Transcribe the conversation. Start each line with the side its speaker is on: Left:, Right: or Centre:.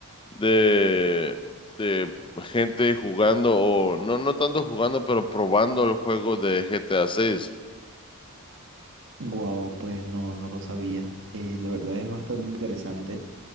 Left: de, de gente jugando, o no, no tanto jugando, pero probando el juego de G T A seis
Right: Guau, pues no, no lo sabía. Eh, la verdad es bastante interesante.